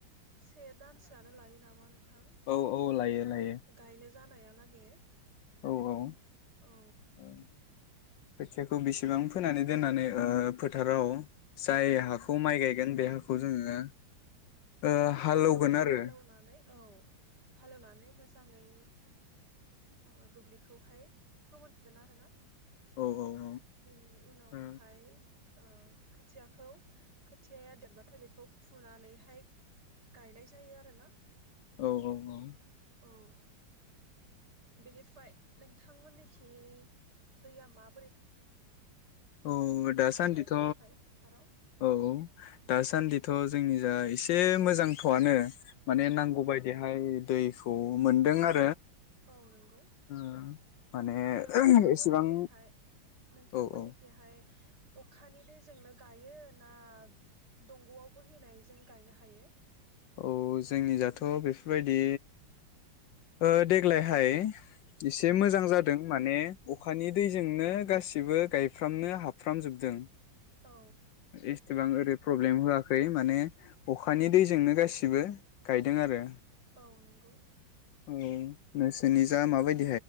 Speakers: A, on the right; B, on the left.
A: से दानसोआनो लायो नामा नोंथां
B: औ औ लायो लायो
A: गायनो जानायालागे
B: औ औ
A: औ
B: <inaudible> खोथियाखौ बेसेबां फोनानै दोननानै ओ फोथाराव जाय हाखौ माइ गायगोन बे हाखौ जोङो ओ हालौगोन
A: हाल एव
B: आरो
A: हाल एवनानै औ हाल एवनानै मोजाङै ओ दुब्लिखौहाय फोमोन गोन आरोना।
B: औ औ।
A: बेनि उनावहाय
B: औ
A: ओ खोथियाखौ खोथियाया देरबाथाय बेखौ फुनानैहाय गायनाय जायो आरोना
B: औ औ औ।
A: औ बेनि फ्राय नोंथांमोननिखि दैया मा
B: औ दासान्दिथ'
A: माइ गायनो थाखाय फोथाराव
B: औ दासान्दि थ' जोंनि जा एसे मोजां थ'आनो माने
A: औ
B: नांगौ बायदिहाय दैखौ मोनदों आरो।
A: औ नंगौ।
B: ओ माने
A: आरो नोंथांमोननिखिहाय
B: एसेबां
A: नोंथांमोननिखिहाय
B: औ औ
A: अखानि दैजोंनो गायो ना दंग'आव बोहैनायजों गायनो हायो।
B: औ जोंनिजाथ' बेफोरबायदि ओ देग्लायहाय एसे मोजां जादों माने अखानि दैजोंनो गासिबो गायफ्रामनो हाबफ्रामजोबदों।
A: औ
B: एसेबां ओरै प्रब्लेम होआखै खै माने अखानि दैजोंनो गासिबो गायदों आरो।
A: औ नंगौ।
B: औ नोंसोरनिजा माबायदि?